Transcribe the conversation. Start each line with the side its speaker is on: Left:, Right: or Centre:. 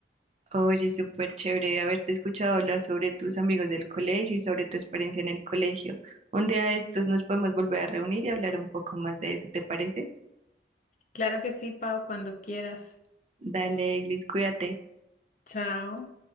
Right: Oye, súper chévere haberte escuchado hablar sobre tus amigos del colegio y sobre tu experiencia en el colegio. Un día de estos nos podemos volver a reunir y hablar un poco más de eso, ¿te parece?
Left: Claro que sí, Pau, cuando quieras.
Right: Dale, Eglis, cuídate.
Left: Chao.